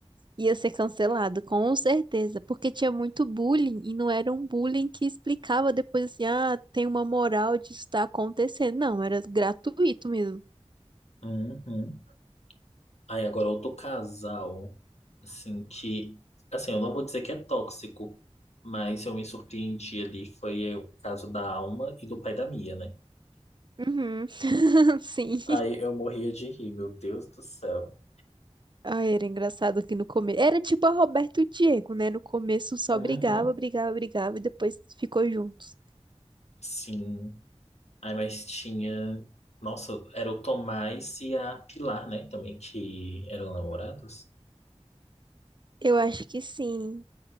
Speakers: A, on the right; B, on the left.
A: Ia ser cancelado, com certeza, porque tinha muito bullying e não era um bullying que explicava depois assim, ah, tem uma moral de estar acontecendo. Não, era gratuito mesmo.
B: Uhum. Aí agora outro casal, assim, que, assim, eu não vou dizer que é tóxico, mas eu me surpreendi ali, foi eh, o caso da Alma e do pai da Mia, né?
A: Uhum. <laughs> Sim.
B: Aí eu morria de rir, meu Deus do céu.
A: Ai, era engraçado que no começo. Era tipo a Roberto e o Diego, né? No começo só
B: Uhum.
A: brigava, brigava, brigava e depois ficou juntos.
B: Sim. Aí mas tinha, nossa, era o Tomás e a Pilar, né, também, que eram namorados.
A: Eu acho que sim.